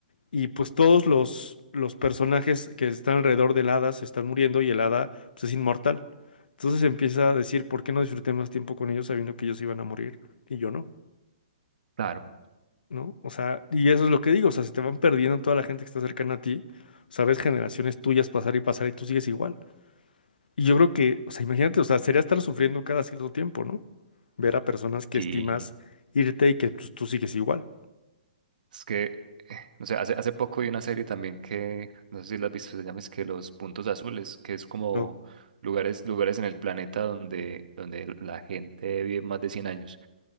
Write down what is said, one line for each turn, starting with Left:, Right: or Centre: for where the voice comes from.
Left: Y pues todos los, los personajes que están alrededor del hada se están muriendo y el hada pues, es inmortal. Entonces empieza a decir, ¿por qué no disfruté más tiempo con ellos sabiendo que ellos iban a morir y yo no?
Right: claro.
Left: ¿No? O sea, y eso es lo que digo, o sea, se te van perdiendo toda la gente que está cercana a ti, o sea, ves generaciones tuyas pasar y pasar y tú sigues igual. Y yo creo que, o sea, imagínate, o sea, sería estar sufriendo cada cierto tiempo, ¿no? Ver a personas que
Right: Sí.
Left: estimas irte y que pues, tú sigues igual.
Right: Es que, eh, no sé, hace, hace poco vi una serie también que, no sé si la has visto, se llama es que Los Puntos Azules, que es como
Left: No,
Right: lugares, lugares en el planeta donde, donde la gente vive más de 100 años.